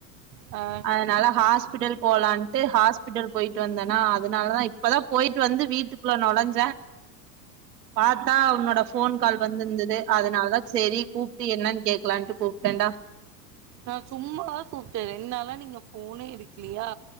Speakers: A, on the right; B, on the right.
A: ஆ
B: அதனால ஹாஸ்பிட்டல் போலான்ட்டு ஹாஸ்பிட்டல் போயிட்டு வந்தேனா அதனாலதான் இப்பதான் போயிட்டு வந்து வீட்டுக்குள்ள நுழஞ்சேன் பார்த்தா உன்னோட போன் கால் வந்திருந்தது அதனாலதான் சரி கூப்பிட்டு என்னன்னு கேக்கலான்ட்டு கூப்பிட்டேடா
A: நான் சும்மாதான் கூப்ட்டேன் ரெண்டு நாளா நீங்க போனே எடுக்கலையா